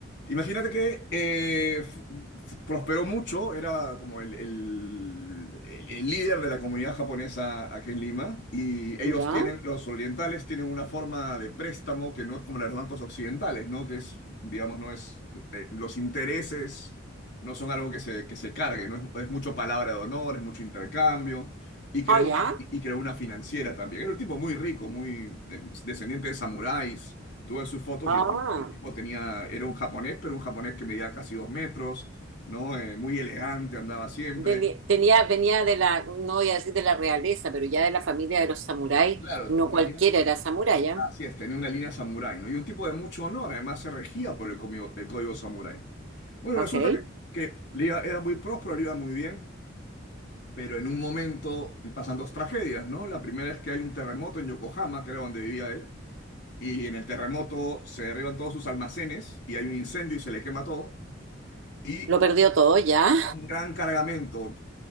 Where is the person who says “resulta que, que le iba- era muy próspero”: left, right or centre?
Left